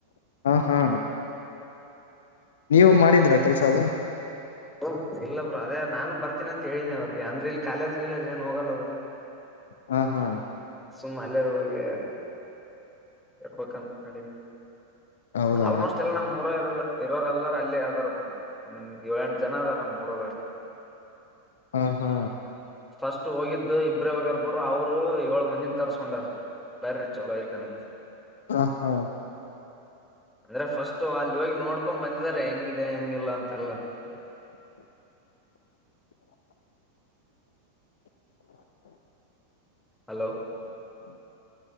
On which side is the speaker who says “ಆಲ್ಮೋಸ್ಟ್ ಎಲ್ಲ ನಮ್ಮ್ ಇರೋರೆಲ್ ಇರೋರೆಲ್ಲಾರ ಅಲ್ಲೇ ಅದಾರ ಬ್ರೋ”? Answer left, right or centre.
Centre